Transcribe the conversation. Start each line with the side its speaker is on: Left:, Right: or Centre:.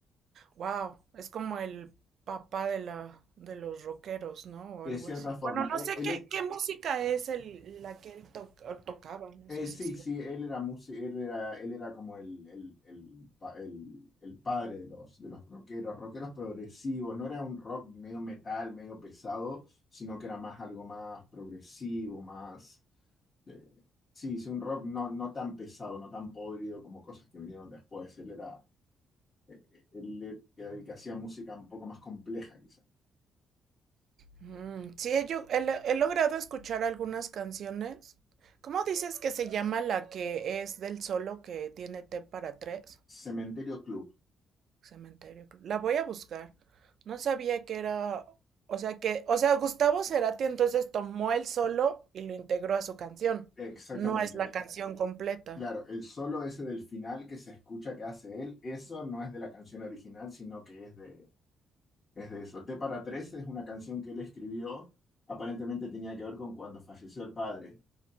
Right: Wow, es como el papá de la de los rockeros, ¿no? O
Left: De
Right: algo
Left: cierta
Right: así.
Left: forma,
Right: Bueno, no
Left: e-
Right: sé
Left: él,
Right: qué, qué música es el, la que él to- o tocaba, no
Left: Eh,
Right: sé si
Left: sí,
Right: sí.
Left: sí, él era músico, él era, él era como el, el, el, pa- el- el padre de los, de los rockeros, rockeros progresivos, no era un rock medio metal, medio pesado, sino que era más algo más progresivo, más, eh, sí, sí, un rock no, no tan pesado, no tan podrido como cosas que vinieron después, él era eh, eh, él era el que, el que hacía música un poco más compleja quizás.
Right: Mm, sí, he, yo- he le- he logrado escuchar algunas canciones. ¿Cómo dices que se llama la que es del solo que tiene T para tres?
Left: Cementerio Club,
Right: Cementerio. Cruz. La voy a buscar. No sabía que era, o sea que, o sea, Gustavo Cerati entonces tomó el solo y lo integró a su canción.
Left: exactamente,
Right: No es la canción completa.
Left: Claro, el solo ese del final que se escucha que hace él, eso no es de la canción original, sino que es de, es de eso. T para tres es una canción que él escribió, aparentemente tenía que ver con cuando falleció el padre,